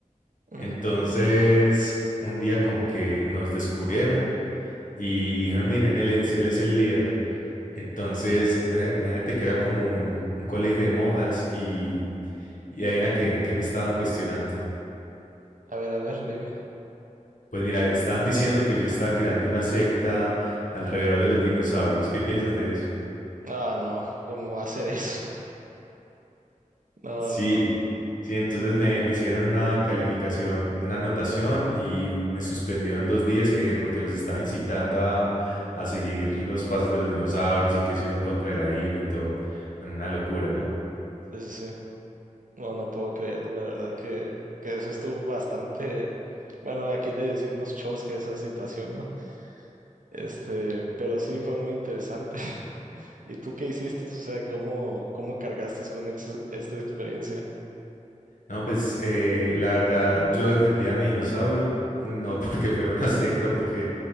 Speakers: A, on the right (about 80°); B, on the left (about 75°).
A: ujú.
B: Entonces, un día como que nos descubrieron y dijeron, miren, él es, él es el líder. Entonces, mira, imagínate que era como un, un colegio de monjas y, y adivina qué, qué me estaban cuestionando.
A: A ver, a ver, dime.
B: Pues mira, estaban <laughs> diciendo que yo estaba creando una secta alrededor de los dinosaurios. ¿Qué piensas de eso?
A: Ah, no, ¿cómo va a ser eso? <laughs> No,
B: Sí,
A: no.
B: sí, entonces me, me hicieron una calificación, una anotación y me suspendieron dos días que porque los estaba incitando a, a seguir los pasos de los dinosaurios y que se iba en contra de la Biblia y todo. Bueno, una locura, ¿no?
A: Sí, sí, sí. No, no puedo creerlo, la verdad que, que eso estuvo bastante... Bueno, aquí le decimos chosca a esa situación, ¿no? Este, pero sí fue muy interesante. ¿Y tú qué hiciste? O sea, ¿cómo, cómo cargaste con ex- esta experiencia?
B: No, pues eh, la verdad, yo defendía a mi dinosaurio, no <laughs> porque fuera una secta, porque